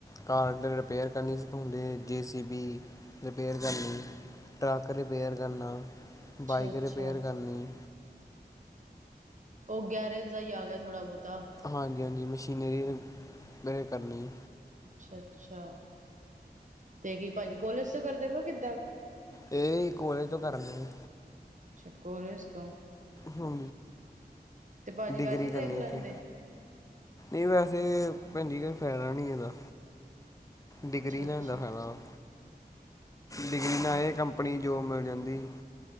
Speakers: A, on the left; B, on the right.
A: ਕਾਰਡ ਰਿਪੇਅਰ ਕਰਨੀ ਸਿਖਾਉਦੇ, ਜੇ- ਸੀ -ਬੀ ਰਿਪੇਅਰ ਕਰਨੀ, ਟਰੱਕ ਰਿਪੇਅਰ ਕਰਨਾ,
B: ਅੱਛਾ-ਅੱਛਾ
A: ਬਾਈਕ ਰਿਪੇਅਰ ਕਰਨੀ,
B: ਓ ਗੈਰੇਜ ਦਾ ਈ ਆ ਗੇਆ ਥੋੜ੍ਹਾ ਬੋਤਾ,
A: ਹਾਂਜੀ- ਹਾਂਜੀ ਮਸ਼ੀਨਰੀ ਰਿਪੇਅਰ ਕਰਨੀ,
B: ਅੱਛਾ- ਅੱਛਾ ਤੇ ਕੀ ਪਾਜੀ ਕੋਲਜ ਤੋਂ ਕਰਦੇ ਪਏ ਓ ਕਿੱਦਾਂ,
A: ਏ ਕੋਲੇਜ ਤੋਂ ਕਰਨ ਦੇਆ ਜੀ।
B: ਅੱਛ ਕੋਲੇਜ ਤੋ,
A: ਹਾਂ
B: ਤੇ ਭਾਜੀ
A: ਡਿਗਰੀ
B: ਵੈਸੇ ਦੇਖ
A: ਕਰਨੀ
B: ਲੈਂਦੇ
A: ਏਥੇ, ਏ ਵੈਸੇ ਭੈਣ ਜੀ ਕੋਈ ਫਾਇਦਾ ਨਈ ਏਦਾ, ਡਿਗਰੀ
B: ਅੱਛਾ-ਅੱਛਾ
A: ਲੈਂਣ ਦਾ ਫਈਦਾ ਵਾ, ਡਿਗਰੀ
B: ਅੱਛਾ
A: ਨਾਲ ਏ ਕੰਪਨੀ ਜੋਬ ਮਿਲ ਜਾਂਦੀ,